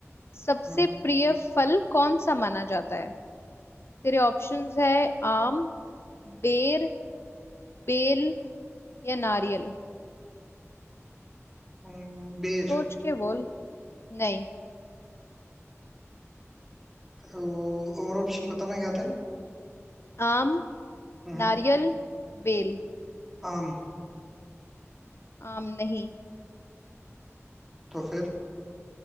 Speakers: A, on the left (about 55°); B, in the centre.
A: सबसे
B: हम्म,
A: प्रिय फल कौन सा माना जाता है तेरे ऑप्शंस है आम बेर बेल या नारियल
B: हम्म, बेर
A: सोच के बोल नहीं
B: तो और ऑप्शन बताना क्या था
A: आम
B: हम्म
A: नारियल बेल
B: आम
A: आम नहीं
B: तो फिर